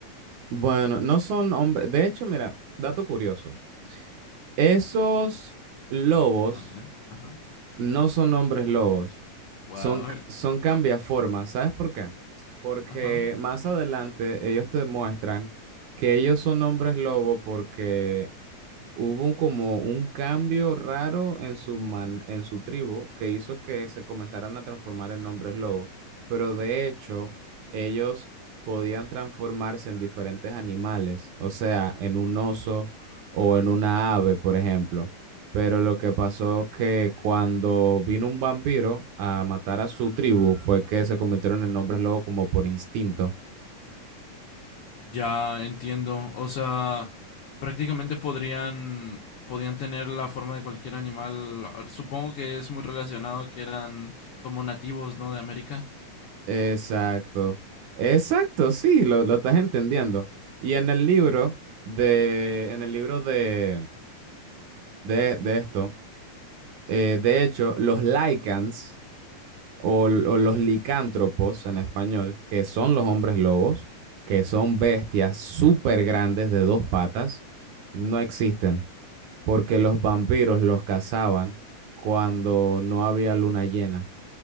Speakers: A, on the right; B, on the left.
A: Bueno, no son hombres. De hecho, mira, dato curioso. Esos lobos
B: A ver, ajá.
A: No son hombres lobos,
B: Wow,
A: son, c- son cambiaformas. ¿Sabes por qué? Porque
B: ajá.
A: más adelante ellos te muestran que ellos son hombres lobo porque Hubo un, como un cambio raro en su, man- en su tribu que hizo que se comenzaran a transformar en hombres lobo, pero de hecho ellos podían transformarse en diferentes animales, o sea, en un oso o en una ave, por ejemplo. Pero lo que pasó que cuando vino un vampiro a matar a su tribu fue que se convirtieron en hombres lobo como por instinto.
B: Ya entiendo. O sea, prácticamente podrían, podían tener la forma de cualquier animal. Supongo que es muy relacionado que eran como nativos, ¿no? De América.
A: Exacto, exacto, sí, lo, lo estás entendiendo. Y en el libro de, en el libro de, de, de esto, eh, de hecho, los lycans o, l- o los licántropos en español, que son los hombres lobos, que son bestias súper grandes de dos patas, no existen, porque los vampiros los cazaban cuando no había luna llena,